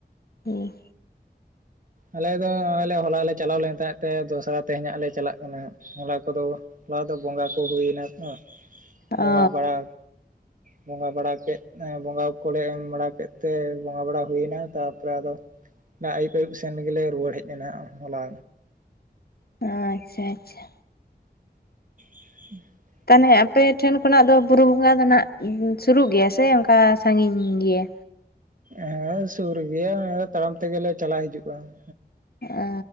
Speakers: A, on the left; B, on the right.
A: ᱦᱩᱸ᱾
B: ᱟᱞᱮ ᱫᱚ ᱦᱚᱸᱜ-ᱚᱭ ᱞᱮ ᱦᱚᱞᱟ ᱞᱮ ᱪᱟᱞᱟᱣ ᱞᱮᱱ ᱛᱟᱦᱮᱸᱜ ᱛᱮ ᱫᱚᱥᱨᱟ ᱛᱮᱦᱮᱧ ᱦᱟᱸᱜ ᱞᱮ ᱪᱟᱞᱟᱜ ᱠᱟᱱᱟ ᱦᱟᱸᱜ ᱦᱚᱞᱟ ᱠᱚᱫᱚ ᱦᱚᱞᱟ ᱫᱚ ᱵᱚᱸᱜᱟ ᱠᱚ ᱦᱩᱭ ᱱᱟ ᱛᱚ
A: ᱚ
B: ᱵᱚᱸᱜᱟ ᱵᱟᱲᱟ ᱵᱚᱸᱜᱟ ᱵᱟᱲᱟ ᱠᱮᱫ ᱮᱸ ᱵᱚᱸᱜᱟ ᱠᱚ ᱞᱮ ᱮᱢ ᱵᱟᱲᱟ ᱠᱮᱜ ᱛᱮ ᱵᱚᱸᱜᱟ ᱵᱟᱲᱟ ᱦᱩᱭ ᱱᱟ ᱛᱟᱨᱯᱚᱨᱮ ᱟᱫᱚ ᱱᱟ ᱟᱹᱭᱩᱵ ᱟᱹᱭᱩᱵ ᱥᱮᱱ ᱨᱮᱜᱮ ᱞᱮ ᱨᱩᱣᱟᱹᱲ ᱦᱮᱡ ᱮᱱᱟ ᱦᱟᱸᱜ ᱦᱚᱞᱟ
A: ᱟᱸᱪᱪᱷᱟ ᱟᱪᱷᱟ᱾
B: <inaudible>
A: ᱛᱟᱞᱦᱮ ᱟᱯᱮ ᱴᱷᱮᱱ ᱠᱷᱚᱱᱟᱜ ᱫᱚ ᱵᱩᱨᱩ ᱵᱚᱸᱜᱟ ᱫᱚ ᱱᱟᱦᱟᱸᱜ ᱥᱩᱨᱩᱜ ᱜᱮᱭᱟ ᱥᱮ ᱚᱱᱠᱟ ᱥᱟᱺᱜᱤᱧ ᱜᱮᱭᱟ?
B: ᱮ ᱦᱮᱸ ᱥᱩᱨ ᱜᱮᱭᱟ ᱚᱭᱻ ᱛᱟᱲᱟᱢ ᱛᱮᱜᱮ ᱞᱮ ᱪᱟᱞᱟᱣ ᱦᱤᱡᱩᱜ-ᱟ <unintelligible>
A: ᱚᱻ